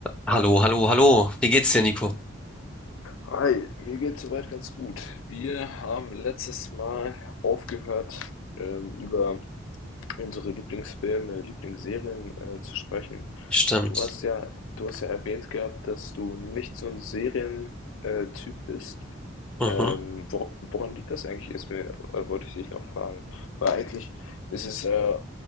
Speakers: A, in the centre; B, on the left.
A: Hallo, hallo, hallo. Wie geht's dir, Nico?
B: Hi, mir geht's soweit ganz gut. Wir haben letztes Mal aufgehört, ähm, über unsere Lieblingsfilme, Lieblingsserien, äh, zu sprechen.
A: Stimmt.
B: Du hast ja, du hast ja erwähnt gehabt, dass du nicht so ein Serientyp bist.
A: Mhm.
B: Ähm, wor woran liegt das eigentlich, ist mir, äh, wollte ich dich noch fragen. Weil eigentlich ist es äh,